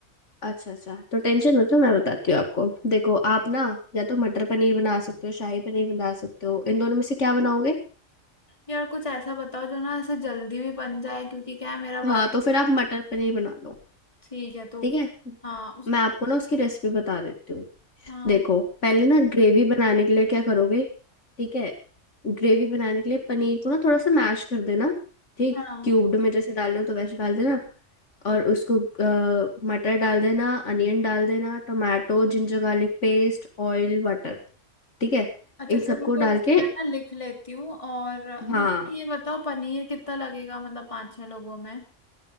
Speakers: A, on the left (about 70°); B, on the left (about 25°).
A: अच्छा अच्छा तो टेंशन मत लो मैं बताती हूँ आपको देखो आप ना या तो मटर पनीर बना सकते हो शाही पनीर बना सकते हो इन दोनों में से क्या बनाओगे
B: यार कुछ ऐसा बताओ जो ना ऐसे जल्दी भी बन जाए क्योंकि क्या है मेरा
A: हाँ
B: वर्क
A: तो फिर आप मटर पनीर बना लो
B: ठीक है तो
A: ठीक है
B: हाँ उस
A: मैं आपको ना उसकी रेसिपी बता देती हूँ
B: हाँ
A: देखो पहले ना ग्रेवी बनाने के लिए क्या करोगे ठीक है ग्रेवी बनाने के लिए पनीर को ना थोड़ा सा मैश कर देना ठीक
B: हाँ
A: क्यूब्ड में जैसे डालना हो तो वैसे डाल देना और उसको अ, मटर डाल देना अनियन डाल देना tomato ginger garlic paste oil butter ठीक है
B: अच्छा
A: इन
B: अच्छा
A: सबको
B: रुको
A: डाल
B: रुको
A: के
B: मैं ना लिख लेती हूँ और मुझे
A: हाँ
B: ये बताओ पनीर कितना लगेगा मतलब पाँच छह लोगों में